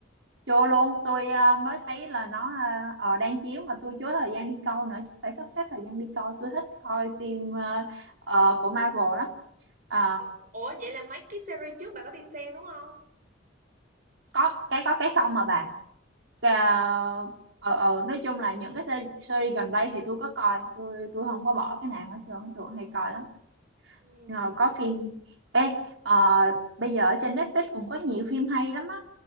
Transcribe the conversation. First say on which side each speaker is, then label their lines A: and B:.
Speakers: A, on the right (about 70°); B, on the right (about 45°).
A: chưa luôn. Tôi ờ, mới
B: Vậy
A: thấy
B: hả?
A: là nó ờ, ờ, đang chiếu mà tôi chưa có thời gian đi coi nữa. Chắc phải sắp xếp thời gian đi coi. Tôi thích coi phim ờ, ờ, của Marvel lắm. Ờ,
B: Ờ, Ủa, vậy là mấy cái series trước bạn có đi xem đúng không?
A: có cái có cái không mà bà Cà-
B: Vậy hả?
A: ờ ờ nói chung là những cái se- series gần đây thì tôi có coi tôi tôi không có bỏ cái nào hết trơn tôi hay coi lắm
B: Ừ.
A: rồi có phim ê ờ, bây giờ ở trên Netflix cũng có nhiều phim hay lắm á